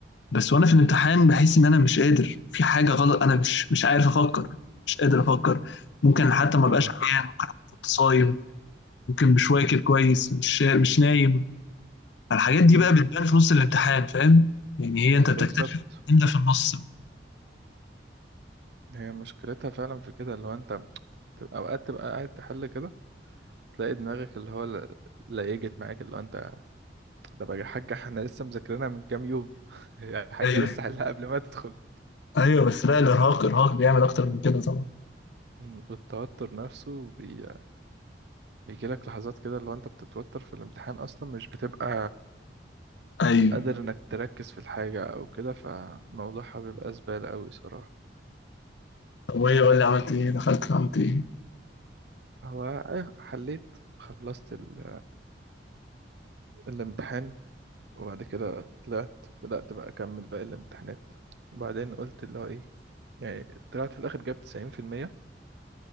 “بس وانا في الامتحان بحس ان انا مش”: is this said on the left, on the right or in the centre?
Left